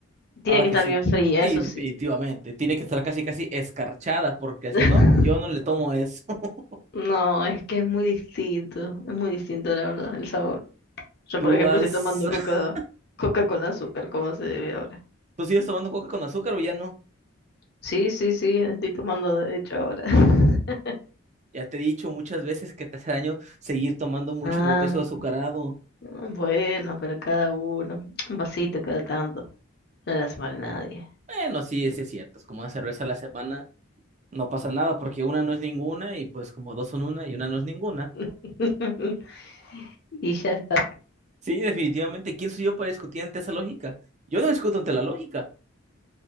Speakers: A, on the left (about 50°); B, on the right (about 35°).
A: tiene
B: Ahora
A: que
B: que
A: estar
B: sí,
A: bien fría,
B: sí,
A: eso
B: definitivamente.
A: sí.
B: Tiene que estar casi, casi escarchada, porque
A: <laughs>
B: si no, yo no le tomo eso. <laughs>
A: No, es que es muy distinto, es muy distinto la verdad, el sabor. Yo,
B: ¿Tú
A: por ejemplo,
B: has,
A: estoy tomando
B: <laughs>
A: coca, coca con azúcar, como se debe ahora.
B: tú sigues tomando coca con azúcar o ya no?
A: Sí, sí, sí, estoy tomando de hecho ahora. <laughs>
B: Ya te he dicho muchas veces que te hace daño seguir tomando mucho
A: Ah,
B: refresco azucarado.
A: bueno, pero cada uno, un vasito cada tanto, no las mal a nadie.
B: Bueno, sí, sí es cierto. Es como una cerveza a la semana. No pasa nada porque una no es ninguna y pues como dos son una y una no es ninguna.
A: <laughs> Y ya está.
B: Sí, definitivamente. ¿Quién soy yo para discutir ante esa lógica? Yo no discuto ante la lógica.